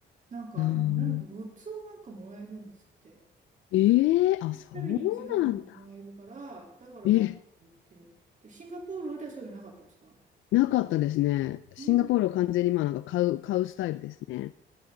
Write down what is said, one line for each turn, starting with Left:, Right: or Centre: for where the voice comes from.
Right: なんか、
Left: え、うん、
Right: うんなんかグッズをなんかもらえるんですって。
Left: ええあ、そうなんだ。
Right: たびに違うのがもらえるから、だからなんか言ってるって。
Left: え、
Right: シンガポールではそういうのなかったですか
Left: なかったですね。シンガポールは完全にまあなんか買う、
Right: なんで
Left: 買うスタイルですね。